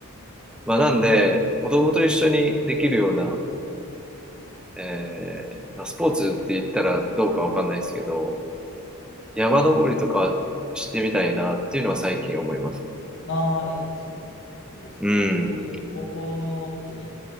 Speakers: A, in the centre; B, on the left.
A: まあ、なんで、子供と一緒にできるような、えーまあ、スポーツって言ったらどうかわかんないですけど、山登りとかしてみたいなっていうのは最近思いますね。
B: ああ、いいですね。いいですね。
A: うん。
B: 僕、高校の時に